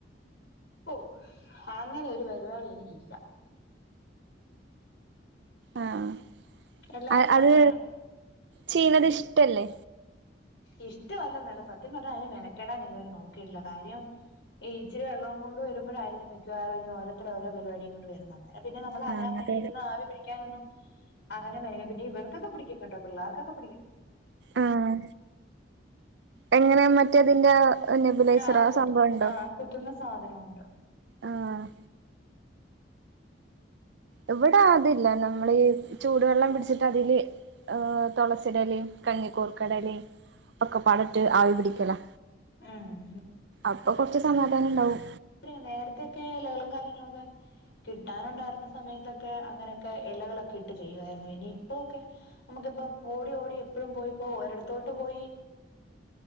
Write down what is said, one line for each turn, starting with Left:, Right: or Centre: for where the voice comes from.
Left: ഓ അങ്ങനെ ഒരു പരിപാടി എനിക്കില്ല
Right: ആഹ്
Left: എല്ലാരും
Right: അത്
Left: പറയാ
Right: ചെയ്യുന്നത് ഇഷ്ടല്ലേ?
Left: ഇഷ്ടമല്ലന്നല്ല സത്യം പറഞ്ഞാൽ അതിന് മെനക്കെടാൻ ഇതുവരെ നോക്കിട്ടില്ല കാര്യം ഈ ഇച്ചി വെള്ളം കൊണ്ട് വരുമ്പോഴായിരിക്കും മിക്കവാറും ഓരോരുത്തരോരോ പരിപാടിയും കൊണ്ട് വരുന്നത് അന്നരം പിന്നെ നമ്മൾ
Right: ആഹ്
Left: അത് അങ്ങനെ
Right: അതെ
Left: ഇരുന്ന
Right: അതെ
Left: ആവി പിടിക്കാനൊന്നും അങ്ങനെ വരുമ്പ പിന്നെ ഇവർക്കൊക്കെ പിടിക്കും കേട്ടോ പിള്ളേർക്കൊക്കെ പിടിക്കും
Right: ആഹ് എങ്ങനെ മറ്റേതിന്റ നെബുലൈസറോ
Left: ആഹ്
Right: ആ
Left: കുത്തും
Right: സംഭവം ഉണ്ടോ?
Left: ആഹ് കുത്തുന്ന സാധനമുണ്ട്
Right: ആഹ് ഇവിടെ അതില്ല, നമ്മളീ ചൂടുവെള്ളം പിടിച്ചിട്ട് അതില് ആഹ് തൊളസിടെ ഇലയും കഞ്ഞിക്കൂർക്കേടെലേം ഒക്ക പാടിട്ട് ആവി പിടിക്കലാ
Left: ഉം
Right: അപ്പൊ കൊറച്ച് സമാധാനണ്ടാവും
Left: <unintelligible> നേരത്തേ ക്കെ ഇലകളും കാര്യങ്ങളൊക്കെ കിട്ടാനുണ്ടാരുന്ന സമയത്തൊക്കെ അങ്ങനക്കെ എലകളൊക്കെ ഇട്ട് ചെയ്യുവാരുന്നു പിന്നെ ഇപ്പോക്കെ നമുക്കിപ്പം ഓടി ഓടി എപ്പഴും പോയിപ്പോ ഒരിടത്തോട്ട് പോയി